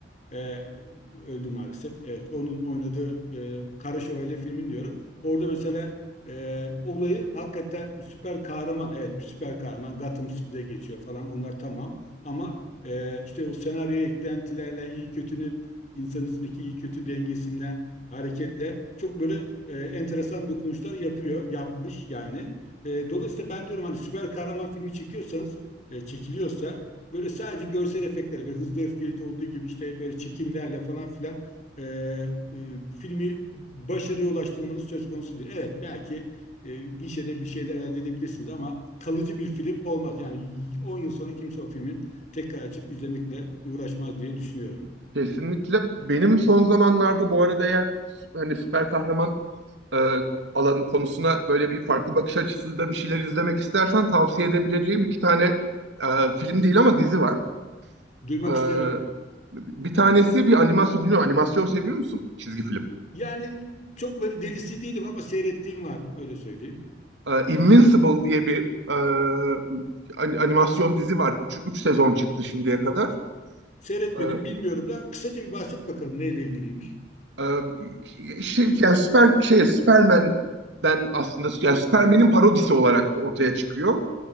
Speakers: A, on the left (about 40°); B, on the right (about 80°).
A: E, öldü maalesef. Evet, onun oynadığı e, Kara Şövalye filmin diyorum. Orada mesela e, olayı hakikaten bir süper kahraman. Evet, bir süper kahraman. Gotham City'de geçiyor falan. Onlar tamam. Ama e, işte o senaryoya eklentilerle iyi kötünün insan içindeki iyi kötü dengesinden hareketle çok böyle e, enteresan dokunuşlar yapıyor, yapmış yani. E, dolayısıyla ben diyorum hani süper kahraman filmi çekiyorsanız, e, çekiliyorsa Böyle sadece görsel efektleri, böyle Hızlı ve Öfkeli'de olduğu gibi işte böyle çekimlerle falan filan e, e, filmi başarıya ulaştırmanız söz konusu değil. Evet belki e, gişede bir şeyler elde edebilirsiniz ama kalıcı bir film olmaz. Yani 10 yıl sonra kimse o filmin tekrar açıp izlemekle uğraşmaz diye düşünüyorum.
B: Kesinlikle. Benim son zamanlarda bu arada eğer sü- hani süper kahraman e, alanı konusuna böyle bir farklı bakış açısıyla bir şeyler izlemek istersen tavsiye edebileceğim iki tane e, film değil ama dizi var.
A: Duymak
B: E,
A: isterim.
B: bir tanesi bir animasyon. Bilmiyorum animasyon seviyor musun? Çizgi film.
A: Yani çok böyle delisi değilim ama seyrettiğim var öyle söyleyeyim.
B: E, Invincible diye bir e, an- animasyon dizi var. Üç, üç sezon çıktı şimdiye kadar.
A: Seyretmedim
B: E,
A: bilmiyorum da kısaca bir bahset bakalım neyle ilgiliymiş.
B: Ee, şey, yani süper şey Superman'den aslında yani Superman'in parodisi olarak ortaya çıkıyor.